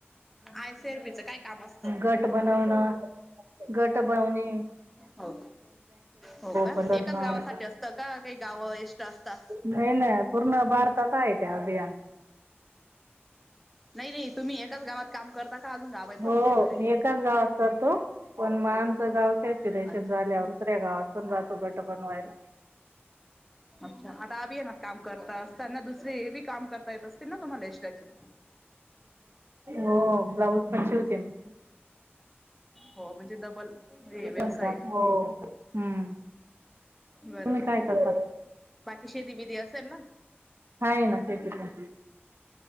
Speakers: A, in the centre; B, on the right.
A: आय सी आर पीच काय काम असतं
B: गट बनवण, गट बवने.
A: हो हो का,
B: करणं
A: एकाच गावासाठी असतं का काय गाव एष्ट्राचे असता?
B: नाय ना पूर्ण भारतात आहे ते अभियान.
A: नाय नाय तुम्ही एकाच गावात काम करता का अजून गाव आहेत
B: हो
A: ब तुमच्याकडे?
B: एकाच गावात करतो पण म आमचं गाव सेक्युरेशन
A: अच्छा
B: झाल्यावरसऱ्या दुसऱ्या गावात पण जातो गट बनवायला.
A: अच्छा आता अभियानात काम करता असत ना दुसर हे बी काम कर ता येत असतीन ना तुम्हाला एष्ट्राचे?
B: हो ब्लाऊज पण शीवते मी.
A: हो म्हणजे डबल हे व्यवसाय.
B: पण काम हो हम्म.
A: बरोबर
B: तुम्ही काय करता?
A: बाकी शेती बिती असेल ना
B: आहे ना शेती पण.